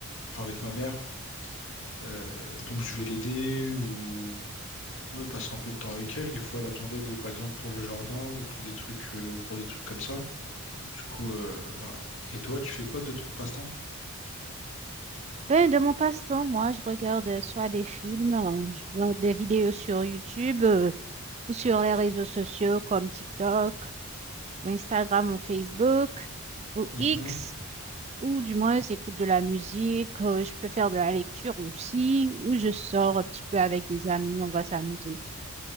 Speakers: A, on the left (about 60°); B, on the right (about 30°).
A: enfin avec ma mère. Euh, donc je vais l'aider ou ouais, passer un peu de temps avec elle. Des fois, elle a besoin d'aide, par exemple, pour le jardin ou pour des trucs, euh, pour des trucs comme ça. Du coup, euh, voilà. Et toi, tu fais quoi de ton passe-temps?
B: Ben, de mon passe-temps, moi, je regarde euh, soit des films, euh, je vois des vidéos sur YouTube, euh, ou sur les réseaux sociaux comme TikTok, ou Instagram, ou Facebook, ou
A: Mhm.
B: X, ou du moins, j'écoute de la musique, euh, je peux faire de la lecture aussi, ou je sors un petit peu avec des amis, on va s'amuser.